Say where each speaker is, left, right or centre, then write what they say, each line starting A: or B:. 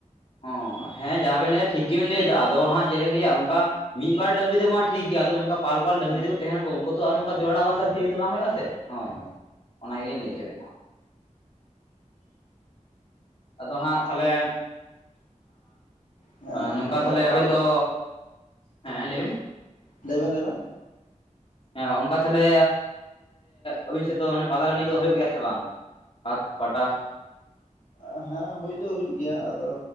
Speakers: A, on the left; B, on the left.
A: ᱚ ᱦᱮᱸ ᱡᱟᱸᱦᱟᱸ ᱵᱮᱱ ᱞᱟᱹᱭᱟ ᱴᱷᱤᱠ ᱜᱮᱵᱮᱱ ᱞᱟᱹᱭᱫᱟ ᱟᱫᱚ ᱦᱟᱸᱜ ᱪᱮᱫ ᱵᱤᱱ ᱞᱟᱹᱭᱟ
B: ᱦᱮᱸ
A: ᱚᱱᱠᱟ ᱢᱤᱫ ᱮᱵᱟᱨ ᱰᱟᱝᱨᱤ ᱫᱚᱢᱟ ᱴᱷᱤᱠ ᱜᱮᱭᱟ ᱟᱫᱚ ᱱᱚᱝᱠᱟ ᱯᱟᱞᱯᱟᱞ ᱰᱟᱝᱨᱤ
B: ᱦᱮᱸ
A: ᱡᱩᱫᱤ ᱠᱩ ᱛᱟᱦᱮᱱᱟᱠᱩ ᱩᱱᱠᱩ ᱛᱚ ᱟᱨ ᱱᱚᱝᱠᱟ ᱡᱚᱲᱟ ᱟᱸᱫᱫᱟ ᱪᱮ ᱫᱚ ᱵᱟᱝ ᱦᱩᱭᱩᱜᱼᱟ ᱥᱮ ᱦᱚᱭ ᱦᱚᱭ ᱚᱱᱟ ᱜᱮᱞᱤᱧ ᱞᱟᱹᱭ ᱚᱪᱚᱭᱮᱫᱟ ᱟᱫᱚ ᱦᱟᱸᱜ ᱛᱟᱦᱞᱮ
B: ᱦᱮᱸ
A: ᱟᱻ ᱱᱚᱝᱠᱟ ᱛᱟᱞᱦᱮ
B: ᱯᱟᱨᱠ
A: ᱟᱵᱮᱱ ᱫᱚ ᱦᱮᱸ ᱞᱟᱹᱭ ᱵᱮᱱ
B: ᱞᱟᱹᱭ ᱵᱮᱱ ᱞᱟᱹᱭ ᱵᱮᱱ
A: ᱦᱮᱸ ᱚᱱᱠᱟ ᱛᱟᱦᱞᱮ ᱟᱵᱤᱱ ᱥᱮᱫ ᱫᱚ ᱯᱟᱛᱟ ᱴᱟᱸᱰᱤ ᱠᱚᱫᱚ ᱦᱩᱭᱩᱜ ᱜᱮᱭᱟ ᱥᱮ ᱵᱟᱝ ᱦᱟᱴ ᱯᱟᱴᱟ
B: ᱟᱨ <inaudible> ᱦᱮᱸ ᱦᱩᱭ ᱫᱚ ᱦᱩᱭᱩᱜ ᱜᱮᱭᱟ ᱟᱫᱚ